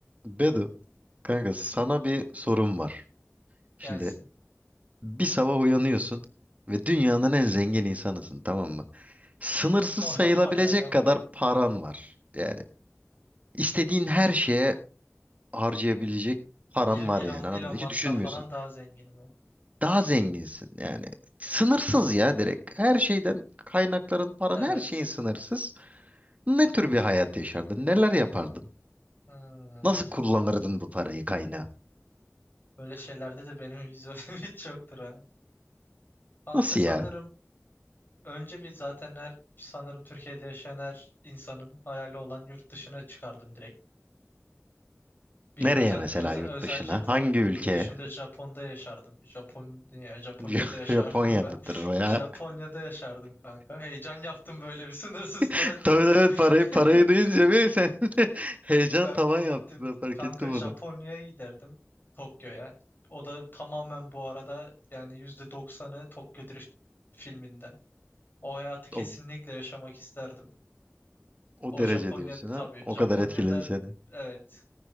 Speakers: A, on the right (about 30°); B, on the left (about 45°).
A: Bedu, kanka sana bir sorum var.
B: Gelsin.
A: Şimdi bir sabah uyanıyorsun ve dünyanın en zengin insanısın tamam mı? Sınırsız
B: <laughs> O
A: sayılabilecek
B: Hayale
A: kadar
B: bak.
A: paran var. Yani istediğin her şeye harcayabilecek paran
B: Il-
A: var
B: Elon,
A: yani anladın
B: Elon
A: mı?
B: Musk'tan
A: Hiç düşünmüyorsun.
B: falan daha zenginim ben.
A: Daha zenginsin yani. Sınırsız ya direkt. Her şeyden kaynakların, paran
B: Evet.
A: her şeyin sınırsız. Ne tür bir hayat yaşardın? Neler yapardın?
B: Hmm.
A: Nasıl kullanırdın bu parayı kaynağı?
B: Böyle şeylerde de benim vizyonum <laughs> hiç yoktur ha. Kanka
A: Nasıl
B: sanırım
A: ya?
B: önce bir zaten her sanırım Türkiye'de yaşayan her insanın hayali olan yurt dışına çıkardım direkt. Bir
A: Nereye
B: özel,
A: mesela
B: özel,
A: yurt
B: özel
A: dışına?
B: jet alırdım.
A: Hangi ülke?
B: Yurt dışında Japon'da yaşardım. Japonya, Japonya'da
A: <laughs>
B: yaşardım
A: Japonya'dadır
B: ben. <laughs>
A: o ya.
B: Japonya'da yaşardım kanka. Heyecan yaptım böyle bir sınırsız
A: <laughs>
B: para deyince.
A: Tabii evet parayı parayı
B: <laughs>
A: deyince bir sen de <laughs> heyecan
B: Ben
A: tavan
B: bir
A: yaptı
B: gittim.
A: ben fark
B: Kanka
A: ettim
B: Japonya'ya
A: onu.
B: giderdim. Tokyo'ya. O da tamamen bu arada yani yüzde doksanı Tokyo Drift filminden. O hayatı kesinlikle
A: O,
B: yaşamak isterdim.
A: o
B: O
A: derece
B: Japonya
A: diyorsun ha.
B: tabii.
A: O
B: Japonya'da
A: kadar etkiledi seni.
B: evet